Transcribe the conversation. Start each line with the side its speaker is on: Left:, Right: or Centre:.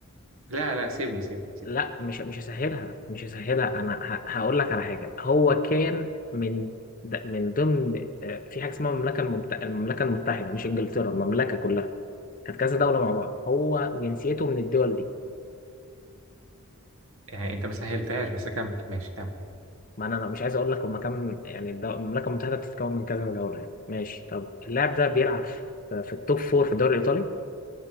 Right: لا لا سيبني سيبني سيبني
Left: لا مش مش هسهلها مش هسهلها أنا ه- هقول لك على حاجة هو كان من د- من ضمن آه، في حاجة اسمها المملكة الممت... المملكة المتحدة مش إنجلترا المملكة كلها كانت كذا دولة مع بعض هو جنسيته من الدول دي
Right: آه أنت ما سهلتهاش بس كمل ماشي كمل
Left: ما انا أنا مش عايز اقول لك هما كام يعني الد- المملكه المتحده بتتكون من كذا دوله يعني ماشي طب اللاعب ده بيلعب في في التوب فور في الدوري الايطالي